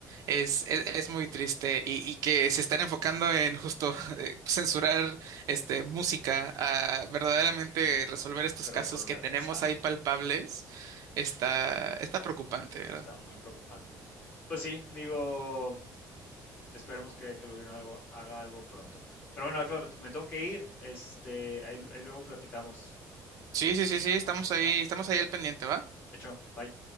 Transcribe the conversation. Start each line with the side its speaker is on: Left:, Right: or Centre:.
Right: es, es, es muy triste y, y que se están enfocando en justo <laughs> eh, censurar este, música a verdaderamente resolver estos
Left: Resolver,
Right: casos que tenemos
Left: exacto.
Right: ahí palpables, está, está preocupante, ¿verdad?
Left: Está muy preocupante. Pues sí, digo, Esperemos que, que lo vieron algo, haga algo pronto. Pero bueno, Alfa, me tengo que ir. Este, ahí, ahí luego platicamos.
Right: Sí, sí, sí, sí, estamos ahí,
Left: Va,
Right: estamos ahí al pendiente, ¿va?
Left: Hecho, bye.